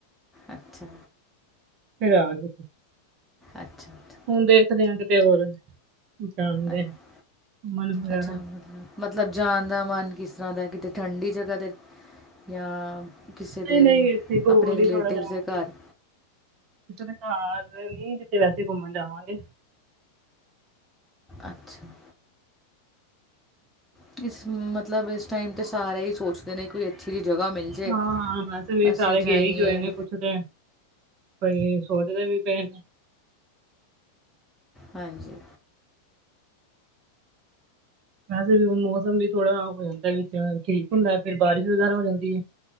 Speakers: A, in the centre; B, on the right.
A: ਅੱਛਾ।
B: ਫਿਰ ਆ ਜਾ
A: ਅੱਛਾ ਅਛ
B: ਹੁਨ ਦੇਖਦੇ ਆਂ ਕਿਤੇ ਹੋਰ, ਜਾਨਦੇ
A: ਅੱਛ
B: ਘੁੰਮਣ ਵਗੈਰਾ
A: ਅੱਛਾ ਮਤਲਬ ਮਤਲਬ ਜਾਨ ਦਾ ਮਨ ਕਿਸ ਤਰ੍ਹਾਂ ਦਾ ਏ ਕਿਤੇ ਠੰਡੀ ਜਗ੍ਹਾ ਤੇ, ਤ ਜਾਂ ਕਿਸੇ
B: ਨਹੀਂ
A: ਦੇ
B: ਨਹੀਂ ਇੱਥੇ ਕੋਲ
A: ਆਪਣੇ ਰਿਲੇਟਿਵਸ
B: ਹੀ ਥੋੜਾ ਜਾਵਾਂਗੇ
A: ਦੇ ਘਰ
B: ਕਿਸੇ ਦੇ ਘਾਰ ਤੇ ਨੀ, ਕਿਤੇ ਵੈਸੇ ਘੁੰਮਣ ਜਾਵਾਂਗੇ।
A: ਅੱਛਾ। ਕਿਸ ਮਤਲਬ ਇਸ ਟਾਈਮ ਤੇ ਸਾਰੇ ਈ ਸੋਚਦੇ ਨੇ ਕੋਈ ਅੱਛੀ ਜੀ ਜਗ੍ਹਾ ਮਿਲ ਜੇ
B: ਹਾਂ ਵੈਸੇ ਵੀ
A: ਅਸੀਂ
B: ਸਾਰੇ
A: ਜਾਈਏ
B: ਗਏ ਈ ਹੋਏ ਨੇ ਕੁਛ ਏ ਸੋਚਦੇ ਵੀ ਪਏ।
A: ਹਾਂਜੀ।
B: ਵੈਸੇ ਵੀ ਹੁਣ ਮੋਸਮ ਵੀ ਥੋੜਾ ਹੋ ਜਾਂਦੈ ਵਿੱਚ ਠੀਕ ਹੁੰਦੈ ਫਿਰ ਬਾਰਿਸ਼ ਵਗੈਰਾ ਹੋ ਜਾਂਦੀ ਏ।